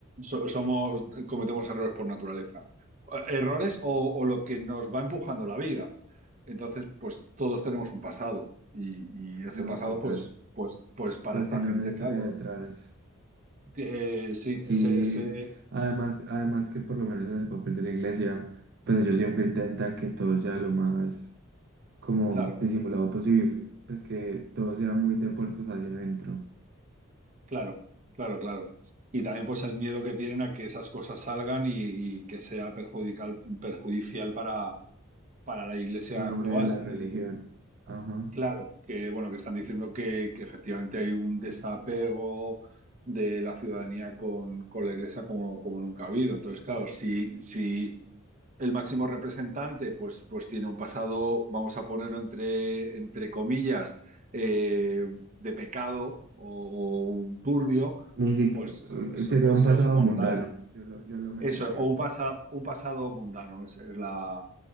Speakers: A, on the right (about 35°); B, on the right (about 55°).
A: So- somos, cometemos errores por naturaleza. Errores o, o lo que nos va empujando la vida. Entonces, pues todos tenemos un pasado. Y, y ese
B: No,
A: pasado,
B: total.
A: pues, pues, pues para
B: Entonces
A: esta
B: tiene
A: gente,
B: una historia
A: claro.
B: detrás
A: Eh, sí,
B: Sí,
A: ese, ese,
B: además, además que por lo menos en el papel de la iglesia, pues ellos siempre intentan que todo sea lo más como
A: claro,
B: disimulado posible, pues que todo sea muy de puertas hacia adentro,
A: claro, claro, claro. Y también, pues, el miedo que tienen a que esas cosas salgan y, y que sea perjudicial, perjudicial para, para la iglesia
B: en nombre
A: actual.
B: de la religión.
A: que
B: Ajá.
A: Claro, que bueno, que están diciendo que, que efectivamente hay un desapego de la ciudadanía con, con la iglesia como, como nunca ha habido. Entonces, claro, si, si el máximo representante pues, pues tiene un pasado, vamos a ponerlo entre, entre comillas, eh, de pecado o, turbio,
B: Ni si-
A: pues eso, eso
B: sería
A: puede
B: un
A: ser
B: pasado
A: mortal.
B: mundano, yo lo, yo lo mencionaría
A: Eso, o un,
B: como
A: pasa- un pasado mundano, esa es la,